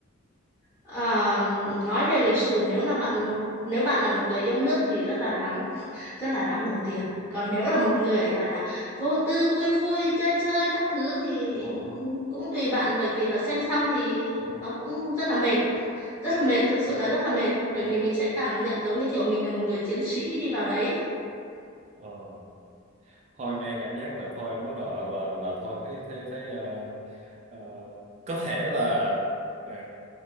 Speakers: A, on the left; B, on the right.
A: Ờ, nói về lịch sử nếu là bạn một nếu bạn là một người yêu nước thì rất là đáng rất là đáng đồng tiền
B: Ừ.
A: còn nếu là một người gọi là vô tư vui vui chơi chơi các thứ thì cũng tùy bạn bởi vì là xem xong thì nó cũng rất là mệt rất là mệt thực sự
B: Ờ
A: là rất là mệt bởi
B: ờ
A: vì mình sẽ cảm nhận giống như kiểu mình là một người chiến sĩ đi vào đấy
B: ờ. Thôi nghe cảm giác là thôi bắt đầu là là thôi thấy thấy thấy ờ, ờ, có thể là ờ,